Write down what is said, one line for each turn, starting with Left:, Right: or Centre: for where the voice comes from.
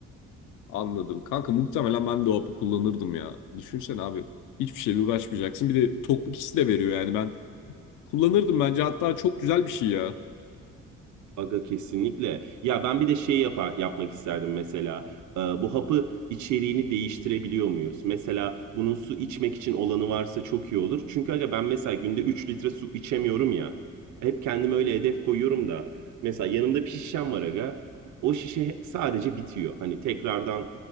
Left: Anladım. Kanka muhtemelen ben de o hapı kullanırdım ya. Düşünsene abi. Hiçbir şeyle uğraşmayacaksın. Bir de tokluk hissi de veriyor yani ben. Kullanırdım bence hatta çok güzel bir şey ya.
Right: Aga kesinlikle. Ya ben bir de şey yapar, yapmak isterdim mesela. Ee, bu hapı içeriğini değiştirebiliyor muyuz? Mesela bunun su içmek için olanı varsa çok iyi olur. Çünkü aga ben mesela günde 3 litre su içemiyorum ya. Hep kendime öyle hedef koyuyorum da. Mesela yanımda bir şişem var aga. O şişe sadece bitiyor. Hani tekrardan